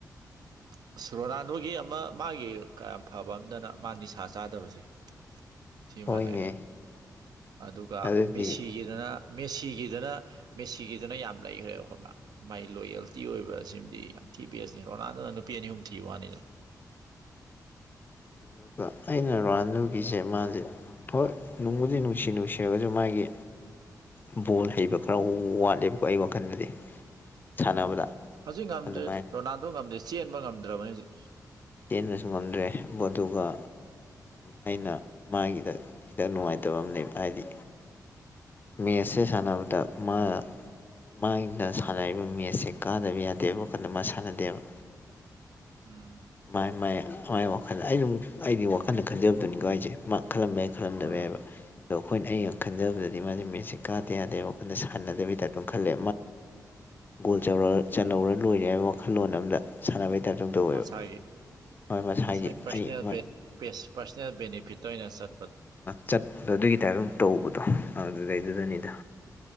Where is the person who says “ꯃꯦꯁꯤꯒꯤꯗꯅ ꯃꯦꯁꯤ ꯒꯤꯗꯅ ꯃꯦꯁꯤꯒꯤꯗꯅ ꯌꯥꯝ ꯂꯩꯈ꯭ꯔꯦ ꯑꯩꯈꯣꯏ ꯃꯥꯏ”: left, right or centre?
Right